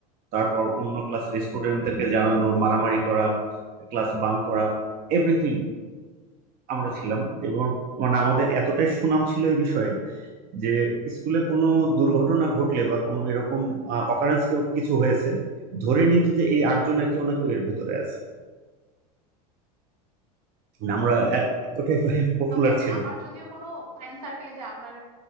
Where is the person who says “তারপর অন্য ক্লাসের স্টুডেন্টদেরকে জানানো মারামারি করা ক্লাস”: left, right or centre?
Right